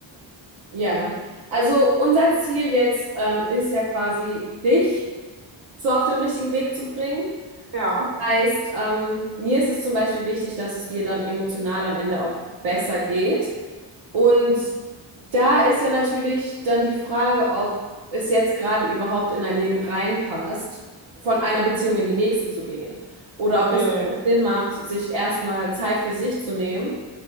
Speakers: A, on the right; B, on the right.
A: ja. Also unser Ziel jetzt ähm, ist ja quasi dich. so auf den richtigen Weg zu bringen.
B: Ja.
A: Heißt, ähm, mir ist es zum Beispiel wichtig, dass es dir dann emotional am Ende auch besser geht. Und da ist ja natürlich dann die Frage, ob es jetzt gerade überhaupt in dein Leben reinpasst, von einer Beziehung in die nächste zu gehen. Oder
B: Nee,
A: ob es
B: nee.
A: Sinn macht, sich erstmal Zeit für sich zu nehmen